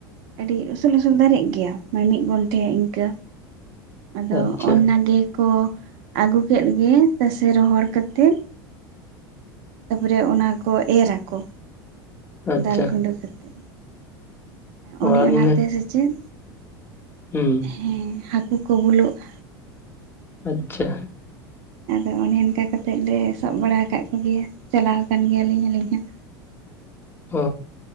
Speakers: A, on the right; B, on the left.
A: ᱟᱹᱰᱤ ᱩᱥᱩᱞ ᱩᱥᱩᱞ ᱫᱷᱟᱨᱮᱜ ᱜᱮᱭᱟ ᱳᱭ ᱢᱤᱫ ᱜᱚᱱᱴᱷᱮ ᱤᱱᱠᱟᱹ ᱟᱫᱚ
B: ᱟᱪᱪᱷᱟ
A: ᱚᱱᱟᱜᱮ ᱠᱚ ᱟᱹᱜᱩ ᱠᱮᱫ ᱜᱮ ᱛᱟᱥᱮ ᱨᱚᱦᱚᱲ ᱠᱟᱛᱮᱫ ᱛᱟᱨᱯᱚᱨᱮ ᱚᱱᱟ ᱠᱚ ᱮᱨ ᱟᱠᱚ
B: ᱟᱪᱪᱷᱟ
A: ᱫᱟᱞ ᱜᱩᱸᱰᱟᱹ ᱠᱟᱛᱮᱫ
B: ᱚ
A: ᱚᱱᱮ
B: ᱟᱹᱞᱤᱧ
A: ᱚᱱᱟᱛᱮ ᱥᱮᱪᱮᱫ
B: ᱦᱩᱸ
A: ᱦᱮᱸ ᱦᱟᱹᱠᱩ ᱠᱚ ᱵᱩᱞᱩᱜ-ᱟ
B: ᱟᱪᱪᱷᱟ
A: ᱟᱫᱚ ᱚᱱᱮ ᱚᱱᱠᱟ ᱠᱟᱛᱮᱫ ᱞᱮ ᱥᱟᱵ ᱵᱟᱲᱟ ᱟᱠᱟᱫ ᱠᱚᱜᱮᱭᱟ ᱪᱟᱞᱟᱣ ᱟᱠᱟᱱ ᱜᱮᱭᱟᱞᱤᱧ ᱟᱹᱞᱤᱧ ᱦᱚᱸ
B: ᱚ